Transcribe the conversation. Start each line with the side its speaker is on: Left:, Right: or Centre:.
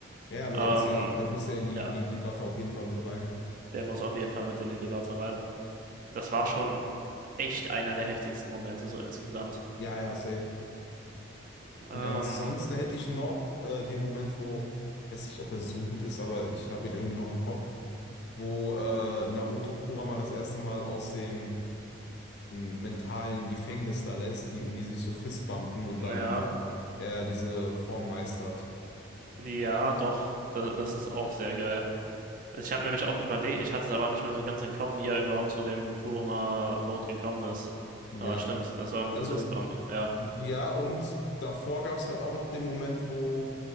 Left: Ja, aber
Right: Ähm,
Left: der ist ja, der muss ja in die,
Right: ja,
Left: die Debatte auf jeden Fall mit rein.
Right: der muss auf jeden Fall mit in die Debatte rein. Das war schon echt einer der heftigsten Momente so insgesamt.
Left: Ja, ja, safe.
Right: Ähm,
Left: Und ansonsten hätte ich noch äh, den Moment, wo, weiß nicht, ob er so gut ist, aber ich habe ihn irgendwie noch im Kopf, wo äh, Naruto Kurama das erste Mal aus dem m, mentalen Gefängnis da lässt, die, und die sich so fistbumpen und
Right: ja,
Left: dann er diese Form meistert.
Right: ja, doch, das, das ist auch sehr geil. Also ich habe nämlich auch überlegt, ich hatte es aber nicht mehr so ganz im Kopf, wie er überhaupt zu dem Kurama-Mode gekommen ist.
Left: Ja,
Right: Aber stimmt, das war mit
Left: also,
Right: dem Fistbump, ja.
Left: ja, und davor gab es halt auch noch den Moment, wo